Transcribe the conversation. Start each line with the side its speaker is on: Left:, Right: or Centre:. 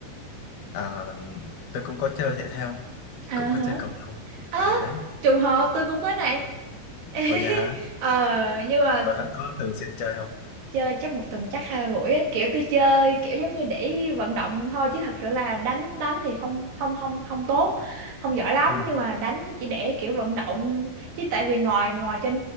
Left: à, tôi cũng có chơi thể thao
Right: à
Left: cũng có
Right: hả
Left: chơi cầu lông
Right: à,
Left: ở đấy
Right: trùng hợp tôi cũng có này <laughs>
Left: ở nhà hả
Right: Ờ, nhưng mà
Left: ở bạn có thường xuyên chơi không
Right: chơi chắc một tuần chắc hai ba buổi ấy. kiểu tôi chơi kiểu giống như để vận động thôi chứ thật sự là đánh đánh thì không không không không tốt không giỏi lắm
Left: ừ,
Right: nhưng mà đánh chỉ để kiểu vận động chứ tại vì ngồi ngồi trên